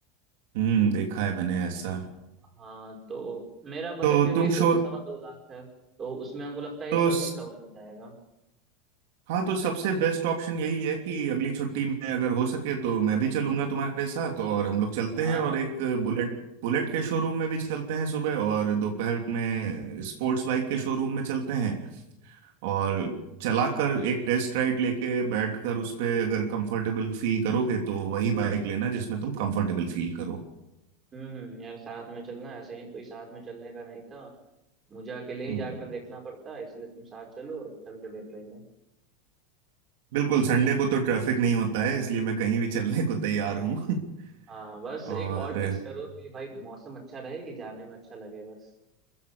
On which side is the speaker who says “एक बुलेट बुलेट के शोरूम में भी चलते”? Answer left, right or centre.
Right